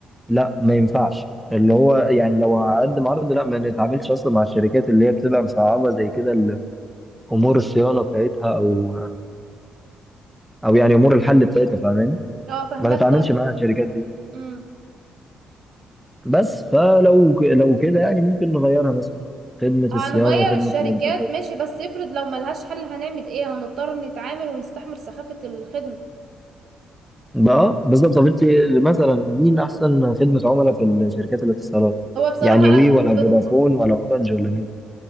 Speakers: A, in the centre; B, on the right.
A: لا ما ينفعش اللي هو يعني لو هقدم عرض لا ما نتعاملش اصلا مع الشركات اللي هي بتبقى مصعبه زي كده ال- امور الصيانه بتاعتها او او يعني امور الحل بتاعتها فاهماني
B: اه فاهمك
A: ما نتعاملش
B: طبعا
A: مع الشركات دي
B: مم.
A: بس فلو ك- لو كده يعني ممكن نغيرها مثلا خدمه
B: هنغير
A: الصيانه وخدمه
B: الشركات
A: الانترنت
B: ماشي بس افرض لو ملهاش حل هنعمل ايه هنضطر نتعامل ونستحمل سخافة الخدمة
A: بقى بالظبط طب انت مثلا مين احسن خدمه عملاء في الشركات الاتصالات
B: هو بصراحة
A: يعني وي ولا
B: خد...
A: فودافون ولا اورنج ولا مين